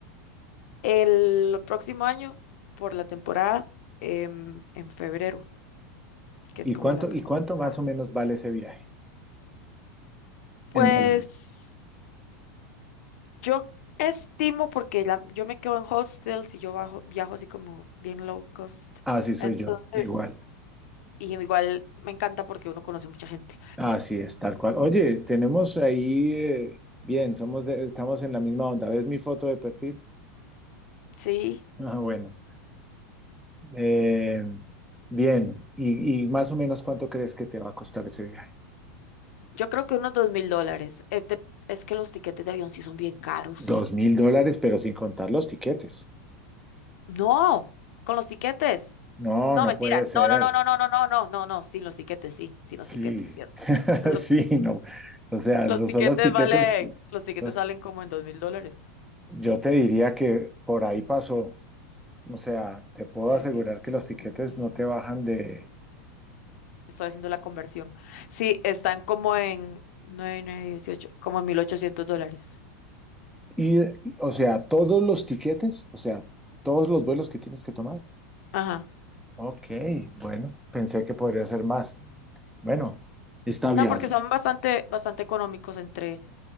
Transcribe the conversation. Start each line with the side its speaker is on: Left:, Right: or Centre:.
Left: El próximo año, por la temporada, em, en febrero, que
Centre: ¿Y
Left: es como
Centre: cuánto,
Left: la mejor
Centre: y cuánto
Left: temporada.
Centre: más o menos vale ese viaje
Left: Pues
Centre: en dólares?
Left: yo estimo, porque la- yo me quedo en hostels y yo bajo, viajo así como bien low cost,
Centre: Así soy
Left: entonces,
Centre: yo, igual.
Left: y igual me encanta porque uno conoce mucha gente.
Centre: Así es, tal cual. Oye, tenemos ahí, eh, bien, somos de- estamos en la misma onda. ¿Ves mi foto de perfil? <laughs>
Left: Sí,
Centre: Ah, bueno. Eh, bien, y, y más o menos cuánto crees que te va a costar ese viaje?
Left: yo creo que unos dos mil dólares. Es de- es que los tiquetes de avión sí son bien caros.
Centre: Dos mil dólares, pero sin contar los tiquetes.
Left: No, con los tiquetes.
Centre: No,
Left: No,
Centre: no
Left: mentira.
Centre: puede ser.
Left: No, no, no, no, no, no, no, no, no, no, sin los tiquetes, sí, sin los
Centre: Sí,
Left: tiquetes, cierto.
Centre: <laughs>
Left: Lo-
Centre: sí, no. O sea,
Left: Los,
Centre: los,
Left: tiquetes
Centre: son los tiquetes,
Left: valen, los tiquetes
Centre: los-
Left: salen como en dos mil dólares.
Centre: yo te diría que por ahí pasó. O sea, te puedo
Left: 900
Centre: asegurar que los tiquetes
Left: un mil.
Centre: no te bajan de
Left: Estoy haciendo la conversión. Sí, están como en 9 9, 18, como en 1.800 dólares.
Centre: ir, o sea, todos los tiquetes, o sea, todos los vuelos que tienes que tomar.
Left: Ajá.
Centre: Ok, bueno, pensé que podría ser más. Bueno, está
Left: No,
Centre: viable.
Left: porque son bastante, bastante económicos entre